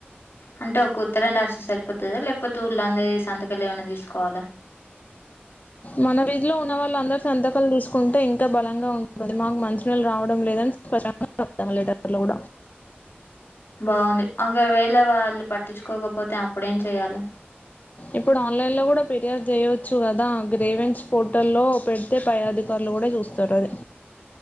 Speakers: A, on the left; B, on the left.
A: అంటే ఒక ఉత్తరాం రాస్్ర సరిపోతుందా లేకపోతే ఊర్ళ అందేీ సంతకళ్యాణణ తీసుకోవాలా
B: మన వీధిలో ఉన్న వాళ్ళందరిూ సంతకాలు తీసుకుంటే ఇంకా బలంగా ఉంటుంది మాకు మంచ నీళ్ళు రావడం లేదని స్పష్టంగాా లీటర్లు కూడా
A: బాగుంది ఒకవేళ వాళ్ళు పట్టించుకోకపోతే అప్పుడేం చెయాలి
B: ఇప్పుడు ఆన్లైన్లో కూడా ఫిర్యాదు చేయచ్చు కదా గ్రేవెన్స్ ఫోటోలో పెడితే పై అధికారులు కూడా చూస్తారు అది